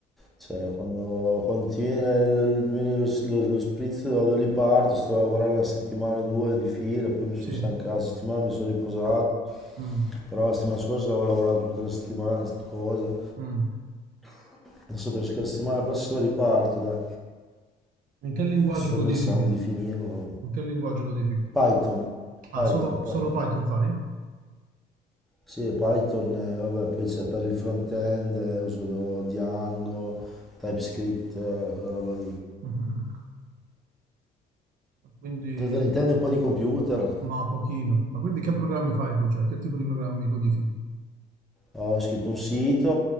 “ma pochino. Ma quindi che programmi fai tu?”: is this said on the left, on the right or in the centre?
Right